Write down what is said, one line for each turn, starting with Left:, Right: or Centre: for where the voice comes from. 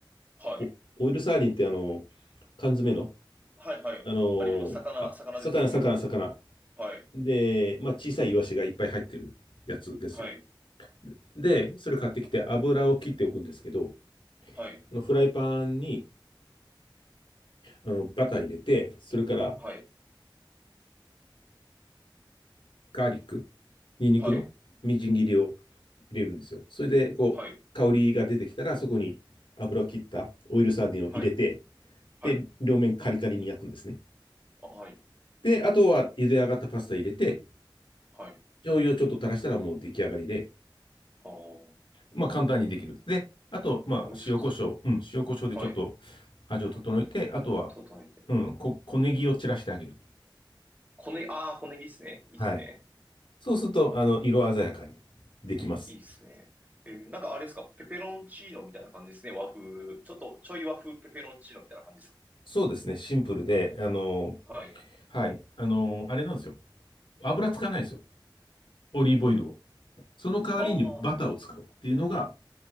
Right: はい。
Left: おオイルサーディンってあの、缶詰の、
Right: はい、はい。
Left: あの、
Right: あります。魚、
Left: あ、
Right: 魚ですよね。
Left: 魚、魚、魚。
Right: はい。
Left: で、まあ、小さいイワシがいっぱい入ってるやつですよ。
Right: はい。
Left: で、それ買ってきて油を切っておくんですけど、
Right: はい。
Left: あのフライパンにあのバター入れて、それから
Right: はい。
Left: ガーリック、ニンニクのみじん切りを
Right: はい。
Left: 入れるんですよ。それで、こう、
Right: はい。
Left: 香りが出てきたら、そこに油を切ったオイルサーディンを入れて、
Right: はい。はい。
Left: で、両面カリカリに焼くんですね。
Right: はい。
Left: で、あとは茹で上がったパスタ入れて、
Right: はい。
Left: 醤油をちょっと垂らしたらもう出来上がりで、
Right: ああ、
Left: まあ簡単にできる。で、あと、まあ塩コショウ、
Right: 美味しそうですね。
Left: うん、塩コショウでちょっと
Right: はい。
Left: 味を整えて、あとは、
Right: 整えて。
Left: うん、こ、小ネギを散らしてあげる。
Right: 小ねぎ、ああ、小ネギっすね。いいっすね。
Left: はい。そうすると、あの、色鮮やかにできます。
Right: いいですね。えーなんかあれですか、ペペロンチーノみたいな感じですね。和風。ちょっとちょい和風ペペロンチーノみたいな感じですか。
Left: そうですね、シンプルで、あの、
Right: はい。
Left: はい。あのーあれなんですよ。油使わないですよ。オリーブオイルを。その代わりにバターを使うっていうのが
Right: ああ、